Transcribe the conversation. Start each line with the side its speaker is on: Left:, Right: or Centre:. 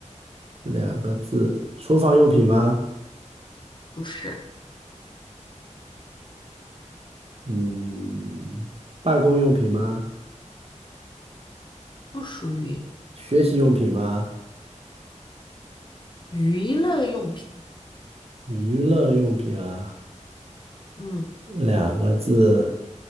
Right: 两个字。厨房用品吗？
Left: 不是，
Right: 嗯，办公用品吗？
Left: 不属于
Right: 学习用品吗？
Left: 娱乐用品。
Right: 娱乐用品啊，
Left: 嗯，
Right: 两个字。